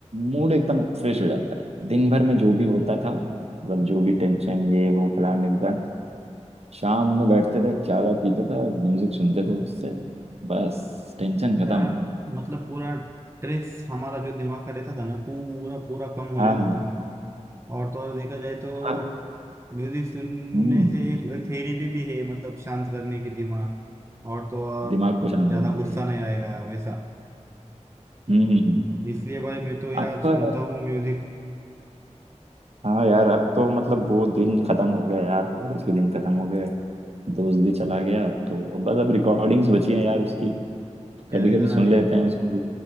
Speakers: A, on the right (about 55°); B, on the right (about 20°).
A: मूड एकदम फ्रेश हो जाता है दिन भर में जो भी होता था मतलब जो भी टेंशन ये वो फलान ढिमकान शाम में बैठते थे चाय वाय पीते थे और म्यूजिक सुनते थे उससे बस टेंशन
B: या
A: खत्म
B: मतलब पूरा ट्रेस हमारा जो दिमाग का रहता था ना पूरा पूरा कम हो
A: हाँ
B: जाता
A: हाँ
B: था और तो और देखा जाए तो
A: अब
B: म्यूजिक सुनने
A: हम्म
B: से एक थेरेपी भी है मतलब शांत करने की दिमाग और तो और
A: दिमाग को शांत
B: ज्यादा
A: करने के
B: गुस्सा
A: लिए
B: नहीं आएगा वैसा
A: हम्म हम्म हम्म।
B: इसलिए भाई मैं तो यार
A: अब
B: सुनता
A: तो
B: हूँ म्यूजिक
A: हाँ यार अब तो मतलब वो दिन खत्म हो गया यार कॉलेज के दिन खत्म हो गए दोस्त भी चला गया तो बस अब रिकॉर्डिंग्स बची हैं यार उसकी तो
B: क्या
A: कभी
B: यार
A: कभी सुन
B: अभी
A: लेते हैं उसको भी